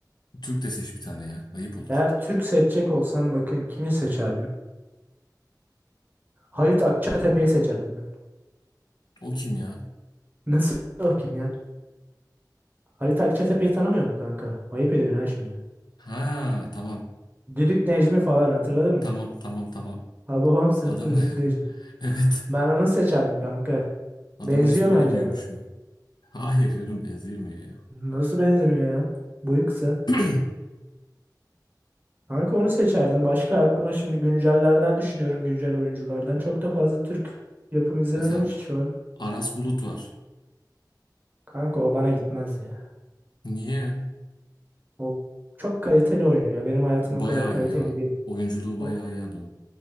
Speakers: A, on the left (about 75°); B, on the right (about 25°).
A: Türk de seç bir tane ya. Ayıp olur.
B: Eğer Türk seçecek olsam bakayım kimi seçerdim? Halit Akçatepe'yi seçerdim ben.
A: O kim ya?
B: <laughs> Nasıl o kim ya? Halit Akçatepe'yi tanımıyor mu kanka? Ayıp ediyorsun ha şimdi.
A: Ha tamam.
B: Düdük Necmi falan hatırladın mı?
A: Tamam tamam tamam.
B: Hababam sınıfı
A: Adam
B: Düdük Necmi.
A: <laughs> evet.
B: Ben onu seçerdim kanka.
A: Adamın
B: Benziyor
A: ismini
B: bence
A: bilmiyormuşum
B: bana.
A: ya. Hayır canım benzemiyor ya.
B: Nasıl benzemiyor ya? Boyu kısa.
A: <clears throat>
B: Kanka onu seçerdim. Başka aklıma şimdi güncellerden düşünüyorum güncel oyunculardan. Çok da fazla Türk yapım izlemedim
A: Mesela
B: hiç şu an.
A: Aras Bulut var.
B: Kanka o bana gitmez ya.
A: Niye ya?
B: O çok kaliteli oyuncu ya. Benim hayatım
A: Bayağı
B: o kadar kaliteli
A: iyi ya.
B: değil.
A: Oyunculuğu bayağı
B: O,
A: iyi adamın.